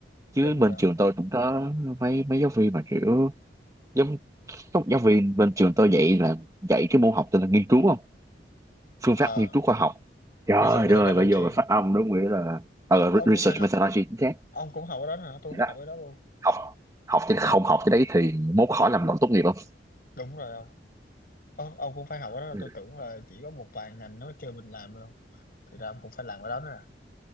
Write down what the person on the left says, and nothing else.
đúng
rồi không
à
research methodology
Ủa, ông
cũng
phải học
ông cũng học ở đó hả tôi
cũng
học ở đó luôn
đúng rồi ông Ơ, ông cũng phải học ở đó
tôi tưởng là chỉ có một vài ngành nó kêu mình làm thôi thì ra ông cũng phải làm ở đó nữa à.